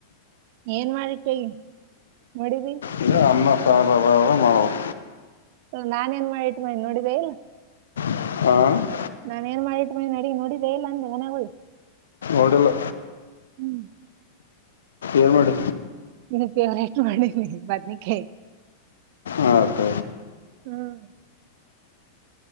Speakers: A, on the right (about 45°); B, on the left (about 70°).
A: ಏನ್ ಮಾಡಿಟ್ಟಗ ನಡಿಬ
B: ಇಲ್ಲ ಅನ್ನ ಸಾರ ಮಾಡಬೇಕ
A: ನಾನನ್ ಏನ್ ಮಾಡಿಟ್ ಮಿ ನೋಡಿದೆ ಇಲ್ಲ
B: ಹ್ಮ
A: ನಾನ ಏನ್ ಮಾಡಿಟ್ಟ ಮ ನಡಿ ನೋಡಿದ್ದೆ ಇಲ್ಲ ಅಂದೆ ಮನಾಗ
B: ಒಡುಲು
A: ಹ್ಮ್
B: ಏಳ್ ಮಾಡಿ
A: ನೀನ್ ಫೇವ್ರೇಟ್ ಮಾಡನಿ ಬದ್ನಿಕಾಯ
B: ಹಕ
A: ಹ್ಮ್